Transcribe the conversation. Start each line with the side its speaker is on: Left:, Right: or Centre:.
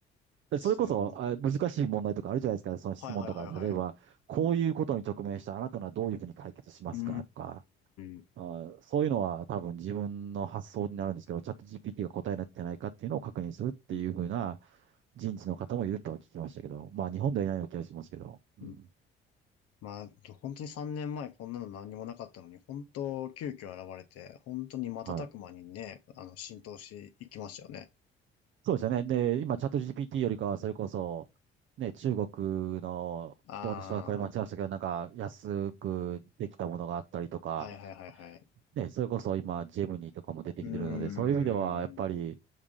Right: でそれこそ、
Left: すごい。
Right: あ、難しい問題とかあるじゃないですか。その質問とか、
Left: はいはいはいはい。
Right: 例えば、こういうことに直面したあなたならどういうふうに解決しますかとか、
Left: うーん。
Right: あ、そういうのは多分自分の発想になるんですけど、チャット GPT が答えになってないかっていうのを確認するっていうふうな
Left: うん
Right: 人事の方もいるとは聞きましたけど、まあ日本ではいないような気がしますけど、うん。
Left: うんまあ、本当に3年前こんなの何にもなかったのに、本当急遽現れて、本当に瞬く間にね、
Right: はい。
Left: あの、浸透していきましたよね。
Right: そうですよね。で、今チャット GPT よりかはそれこそ、ね、中国の、
Left: あ
Right: ちょっと私はこれ間違えましたけど、なんか安くできたものがあったりとか、
Left: はいはいはいはい。
Right: ね、それこそ今、ジェムニーとかも出てきてるので、
Left: うーん。
Right: そういう意味では、やっぱり、
Left: う